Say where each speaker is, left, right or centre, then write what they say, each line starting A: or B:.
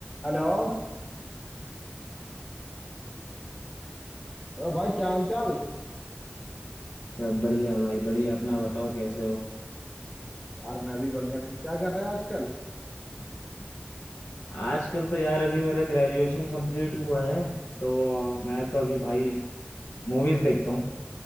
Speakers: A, on the left; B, on the left.
A: Hello अरे भाई क्या हाल चाल
B: सब बढ़िया भाई बढ़िया अपना बताओ कैसे हो
A: यार मैं भी बढ़िया तुम क्या कर रहे हो आजकल
B: आजकल तो यार अभी मेरा ग्रेजुएशन कंप्लीट हुआ है तो मैं तो अभी भाई मूवीज देखता हूँ